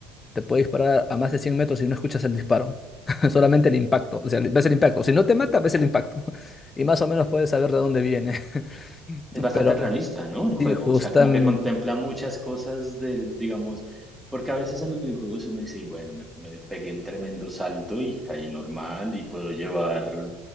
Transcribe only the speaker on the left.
te puede disparar a más de 100 metros y no escuchas el disparo. <laughs> Solamente el impacto. O sea, ves el impacto. Si no te mata, ves el impacto. <laughs> Y más o menos puedes saber de dónde viene. <laughs>
Pero
sí, justamente.